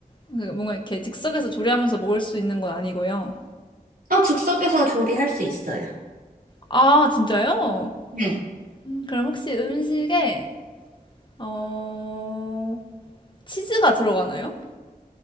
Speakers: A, on the left; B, on the right.
A: 그 뭔가 이렇게 즉석에서 조리하면서 먹을 수 있는 건 아니고요.
B: 어, 즉석에서 조리할 수 있어요.
A: 아, 진짜요?
B: 네.
A: 음, 그럼 혹시 음식에, 어, 치즈가 들어가나요?